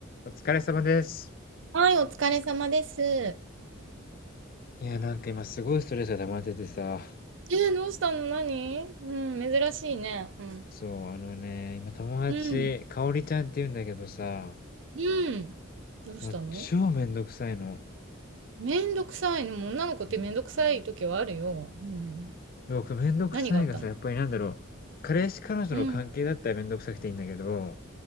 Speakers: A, on the left; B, on the right.
A: お疲れ様です。
B: はい、お疲れ様です。え
A: いや、なんか今すごいストレスが溜まっててさ。
B: ー、どうしたの何うん、珍しいね。うん。
A: そう、あのね、今友達、
B: うん。うん。
A: かおりちゃんって言うんだけどさ、
B: うん。どうしたの
A: もう超めんどくさいの。
B: めんどくさいの。もう女の子ってめんどくさい時はあるよ。
A: うん。
B: うん。
A: 僕めんどくさいがさ、
B: 何があったの
A: やっぱりなんだろう。彼氏彼女の関係だったらめんどくさくていいんだけど、
B: うん。